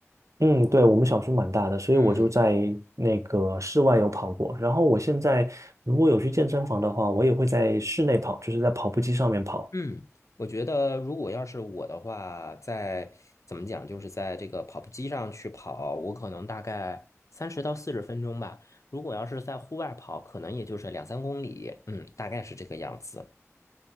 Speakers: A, on the right; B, on the left.
A: 嗯，对，我们小区蛮大的，所以我就在那个室外有跑过。
B: 嗯。
A: 然后我现在如果有去健身房的话，我也会在室内跑，就是在跑步机上面跑。
B: 嗯，我觉得如果要是我的话，在怎么讲，就是在这个跑步机上去跑，我可能大概三十到四十分钟吧。如果要是在户外跑，可能也就是两三公里，嗯，大概是这个样子。